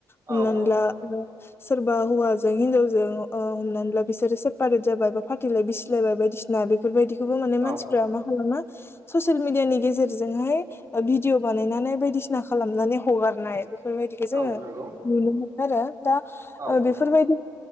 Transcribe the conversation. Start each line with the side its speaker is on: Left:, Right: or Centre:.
Left: हमनानै
Right: औ औ
Left: ला सोरबा हौवाजों हिनजावजों हमनानै ला बिसोरो सेपारेट जाबाय बा फाथिलाय बिसिलायबाय बायदि बायदिसिना बेफोरबायदिखौबो माने मानसिफ्रा
Right: औ
Left: मा खालामो ससेल मिडि मिडियानि गेजेरजोंहाय भिडअ बानायनानै बायदिसिना खालामनानै हगारनाय बेफोरबायदिखौ जोङो
Right: औ नंगौ
Left: नुनो मोनो आरो दा
Right: औ
Left: बेफोरबायदि